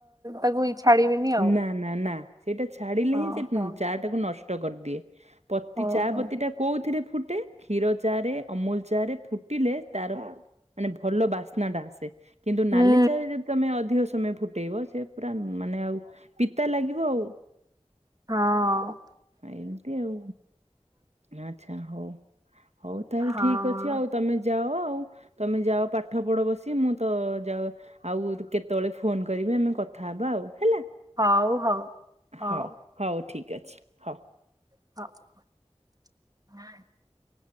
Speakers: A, on the right; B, on the right.
A: ତାକୁଇ ଛାଡିବିନି ଆଉ।
B: ନା ନା ନା ସେଇଟା ଛାଡିଲେ
A: ହଁ
B: ହିଁ ସେ
A: ହଁ।
B: ଚା ଟାକୁ ନଷ୍ଟ କରିଦିଏ ପତି
A: ଓହୋ
B: ଚା ପତିଟା କୋଉଥିରେ ଫୁଟେ କ୍ଷୀର ଚା ରେ ଅମୁଲ ଚା ରେ ଫୁଟିଲେ ତାର ମାନେ ଭଲ ବାସ୍ନା ଟା ଆସେ କିନ୍ତୁ
A: ହୁଁ
B: ନାଲି ଚା ର ଯଦି ତମେ ଅଧିକ ସ ମୟ ଫୁଟେଇବ ସେ ପୁରା ମାନେ ଆଉ ପିତା ଲାଗିବ ଆଉ।
A: ହଁ
B: ଏମିତି ଆଉ। ଆଚ୍ଛା ହୋଉ ହୋଉ ତାହେଲେ
A: ହଁ
B: ଠିକ ଅଛି ଆଉ ତମେ ଯାଅ ଆଉ। ତମେ ଯାଅ ପାଠ ପଢ ବସି ମୁଁ ତ ଯାଅ ଆଉ କେତେବେଳେ ଫୋନ କରିବି ଆମେ କଥାହବା ଆଉ। ହେଲା
A: ହଉ ହଉ ହଉ
B: ହୋଉ ହୋଉ ଠିକ୍ ଅଛି ହୋଉ।
A: <unintelligible>